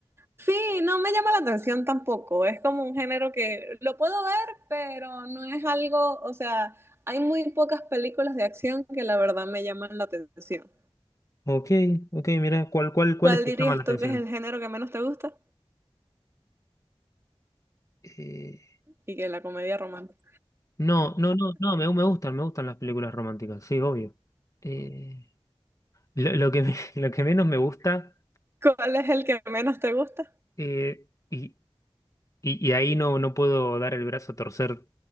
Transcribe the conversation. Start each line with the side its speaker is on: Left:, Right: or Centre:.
Right: Sí, no me llama la atención tampoco. Es como un género que lo puedo ver, pero no es algo, o sea, hay muy pocas películas de acción que la verdad me llaman la atención.
Left: Ok, ok, ok, mira, ¿cuál, cuál, cuáles
Right: ¿Cuál
Left: te
Right: dirías
Left: llaman la atención?
Right: tú que es el género que menos te gusta?
Left: Eh,
Right: Y que la comedia romántica.
Left: no, no, no, no, me, me gustan, me gustan las películas románticas, sí, obvio. Eh, lo, lo que me- <laughs> lo que menos me gusta,
Right: ¿Cuál es el que menos te gusta?
Left: eh, y, Y, y ahí no, no puedo dar el brazo a torcer.